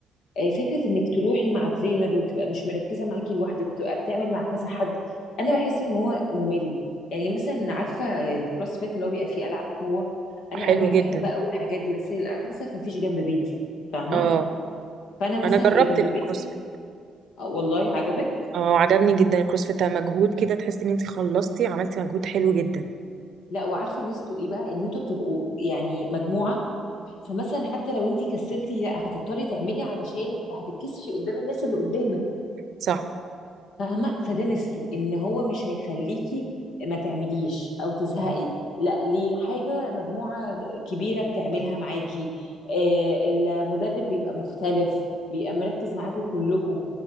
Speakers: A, on the left; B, on the right.
A: آه، فكره انك تروحي مع ترينر وتبقى مش مركزه معاكي لوحدك وتبقى بتعمل مع كذا حد انا بحس ان هو ممل يعني مثلا عارفه الكروس فيت اللي هو بيبقى فيه العاب قوه انا
B: حلو
A: قوي
B: جدا
A: بحب قوي الحاجات دي بس للاسف مفيش جنب بيتي فاهمه
B: اه
A: فانا مثلا
B: انا جربت
A: اللي جنب
B: الكروسفيت
A: بيتي آه، والله عجبك
B: اه عجبني جدا الكروسفيت مجهود كده تحسي ان انت خلصتي عملتي مجهود حلو جدا
A: لا وعارفه ميزته ايه بقى ان انتوا بتبقوا يعني مجموعه فمثلا حتى لو انتي كسلتي لا هتضطري تعملي علشان هتتكسفي قدام الناس اللي قدامك
B: صح
A: فاهمه فده ميزته ان هو مش هيخليكي ما تعمليش او تزهقي لا ليه حاجه مجموعه كبيره بتعملها معاكي آه المدرب بيبقى مختلف بيبقى مركز معاكوا كلكوا